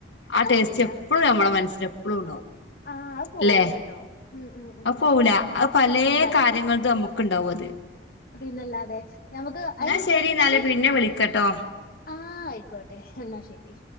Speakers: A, on the left (about 70°); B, on the left (about 50°).
A: ആ
B: അത്
A: ടേസ്റ്റ്
B: ശരിയാ
A: എപ്പോളും നമ്മള മനസ്സിൽ എപ്പോളും ഉണ്ടാവും.
B: ആ അത് പോവൂലട്ടോ
A: ല്ലെ
B: ഉം ഉം ഉം
A: അ പോവൂല പലെ
B: ഇല്ല
A: കാര്യങ്ങൾ നമുക്ക് ക്കുണ്ടാവും അത്.
B: പിന്നല്ലാതെ. ഞമുക്ക്
A: എന്നാ
B: അത്
A: ശരി
B: ചെൽപ്പങ്കി
A: എന്നാല് പിന്നെ വിളിക്കട്ടോ
B: ആഹ് ആയിക്കോട്ടെ എന്നാ ശരി.